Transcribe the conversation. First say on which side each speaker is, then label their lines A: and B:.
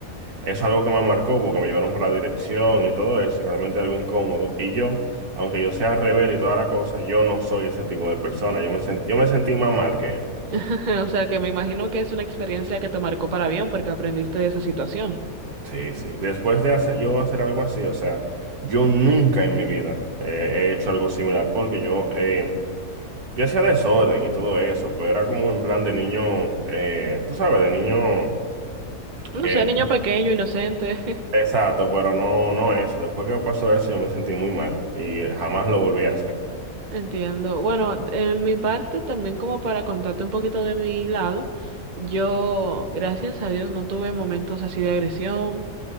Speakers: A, on the right; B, on the right.
A: eso es algo que me marcó porque me llevaron para la dirección y todo eso, y realmente algo incómodo. Y yo, aunque yo sea rebelde y toda la cosa, yo no soy ese tipo de persona. Yo me sen- yo me sentí más mal que él.
B: <laughs> O sea, que me imagino que es una experiencia que te marcó para bien porque aprendiste de esa situación.
A: Sí, sí. Después de hacer, yo hacer algo así, o sea, yo nunca en mi vida eh, he hecho algo similar porque yo, eh, yo hacía desorden y todo eso, pero era como en plan de niño, eh, tú sabes, de niño
B: No
A: que...
B: sé, niño pequeño, inocente. <laughs>
A: Exacto, pero no, no eso. Después que me pasó eso, yo me sentí muy mal y eh, jamás lo volví a hacer.
B: Entiendo. Bueno, en mi parte también como para contarte un poquito de mi lado, yo, gracias a Dios, no tuve momentos así de agresión.